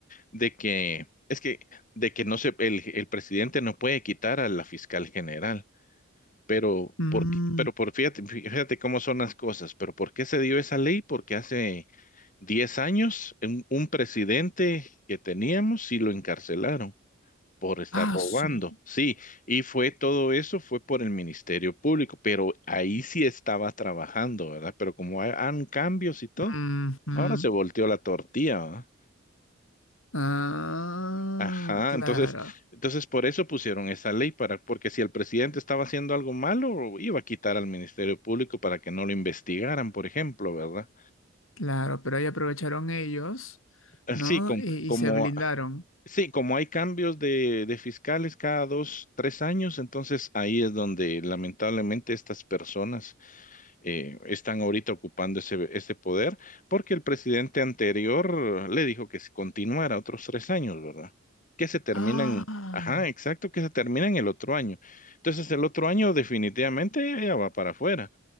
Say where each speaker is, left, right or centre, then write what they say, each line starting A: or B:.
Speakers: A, on the left; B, on the left.
A: de que, es que, de que no se, el, el presidente no puede quitar a la fiscal general, pero,
B: Mm,
A: ¿por qué? Pero por, fíjate, fíjate cómo son las cosas, pero ¿por qué se dio esa ley? Porque hace 10 años un, un presidente que teníamos sí lo encarcelaron por estar
B: ah,
A: robando.
B: su-
A: Sí, y fue todo eso, fue por el Ministerio Público, pero ahí sí estaba trabajando, ¿verdad? Pero como hay- han cambios y todo,
B: ujú.
A: ahora se volteó la tortilla, ¿verdad?
B: Ah,
A: Ajá,
B: claro,
A: entonces, entonces por eso pusieron esa ley para, porque si el presidente estaba haciendo algo malo, iba a quitar al Ministerio Público para que no lo investigaran, por ejemplo, ¿verdad?
B: claro, pero ahí aprovecharon ellos,
A: Eh,
B: ¿no?
A: Sí, com-
B: y
A: como,
B: y se blindaron.
A: sí, como hay cambios de, de fiscales cada dos, tres años, entonces ahí es donde lamentablemente estas personas eh, están ahorita ocupando ese, ese poder, porque el presidente anterior le dijo que si continuara otros tres años, ¿verdad? Que se terminan,
B: Ah,
A: ajá, exacto, que se terminan el otro año. Entonces el otro año definitivamente ella va para afuera